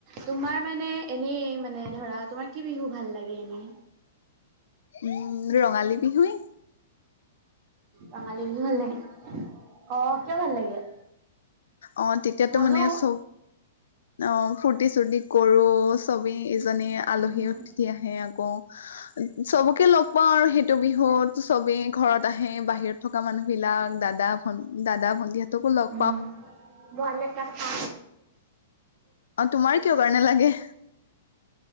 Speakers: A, on the right; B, on the left.
A: তোমাৰ মানে এনেই মানে ধৰা তোমাৰ কি বিহু ভাল লাগে এনেই?
B: উম ৰঙালী বিহুয়ে
A: ৰঙালী বিহু ভাল লাগে। অ কিয় ভাল লাগে?
B: অঁ তেতিয়াতো
A: মোৰো
B: মানে চব অ ফূুৰ্তি চুৰ্তি কৰো চব আলহী
A: উম
B: অতিথি আহে আকৌ চবকে লগ পাওঁ আৰু সেইটো বিহুত চব ই ঘৰত আহে বাহিৰত থকা মানুহ বিলাক দাদা ভন দাদা ভন্টিহঁতকো লওক
A: উ বাল কথা
B: অঁ তোমাৰ কিয় কাৰনে লাগে?